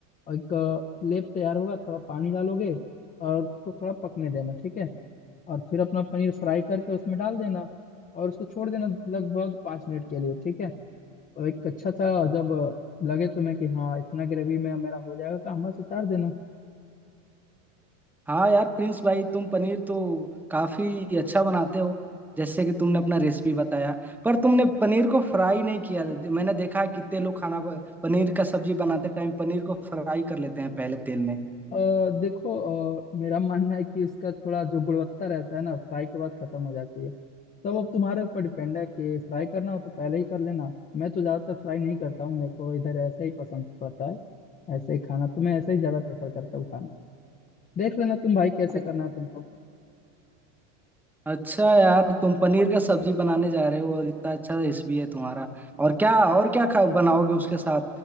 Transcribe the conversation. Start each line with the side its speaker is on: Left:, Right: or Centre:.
Left: और एक अ, लेप तैयार होगा थोड़ा पानी डालोगे और उसको थोड़ा पकने देना ठीक है और फिर अपना पनीर फ्राई करके उसमें डाल देना और उसको छोड़ देना लगभग पाँच मिनट के लिए ठीक है और एक अच्छा सा जब अ, लगे तुम्हें कि हाँ इतना ग्रेवी में मेरा हो जाएगा काम बस उतार देना
Centre: हाँ यार प्रिंस भाई तुम पनीर तो काफी अच्छा बनाते हो जैसे कि तुमने अपना रेसिपी बताया पर तुमने पनीर को फ्राई नहीं किया मैंने देखा है कितने लोग खाना ब- पनीर का सब्जी बनाते टाइम पनीर को फ्राई कर लेते हैं पहले तेल में
Left: अ, देखो अ, मेरा <laughs> मानना है कि इसका थोड़ा जो गुणवत्ता रहता है ना फ्राई के बाद खत्म हो जाती है तब अब तुम्हारे ऊपर डिपेंड है कि फ्राई करना हो तो पहले ही कर लेना मैं तो ज्यादातर फ्राई नहीं करता हूँ मेरे को इधर ऐसे ही पसंद पड़ता है ऐसे ही खाना तो मैं ऐसे ही ज्यादा प्रेफर करता हूँ खाना देख लेना तुम भाई कैसे
Centre: अ-
Left: करना है तुमको
Centre: अच्छा यार तुम पनीर का सब्जी बनाने जा रहे हो और इतना अच्छा रेसिपी है तुम्हारा और क्या और क्या खा बनाओगे उसके साथ